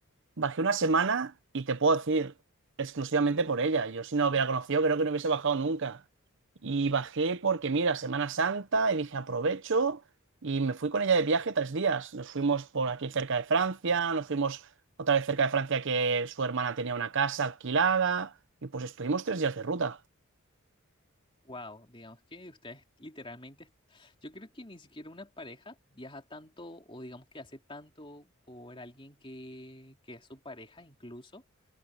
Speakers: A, on the right; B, on the left.
A: bajé una semana y te puedo decir, exclusivamente por ella. Yo si no la hubiera conocido, creo que no hubiese bajado nunca. Y bajé porque, mira, Semana Santa y dije, aprovecho y me fui con ella de viaje tres días. Nos fuimos por aquí cerca de Francia, nos fuimos otra vez cerca de Francia que su hermana tenía una casa alquilada y pues estuvimos tres días de ruta.
B: Wow, digamos que ustedes literalmente, est- yo creo que ni siquiera una pareja viaja tanto o digamos que hace tanto por alguien que, que es su pareja incluso.